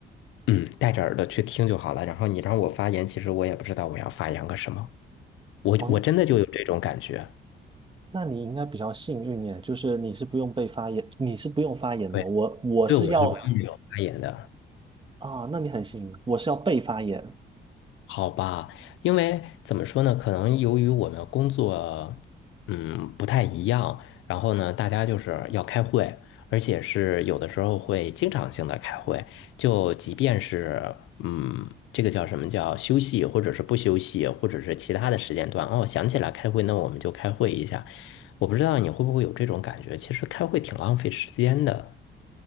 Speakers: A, on the left; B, on the right.
A: 嗯，戴着耳朵去听就好了，然后你让我发言，其实我也不知道我要发言个什么，我我真的就有这种感觉，
B: 哦，那你应该比较幸运耶，就是你是不用被发言，你是不用发言的。
A: 对，
B: 我我是要
A: 对，我是不用那种发言的。
B: 啊，那你很幸运，我是要被发言。
A: 好吧，因为怎么说呢？可能由于我们工作，嗯，不太一样，然后呢，大家就是要开会，而且是有的时候会经常性的开会，就即便是嗯，这个叫什么叫休息，或者是不休息，或者是其他的时间段，哦，想起来开会，那我们就开会一下。我不知道你会不会有这种感觉，其实开会挺浪费时间的。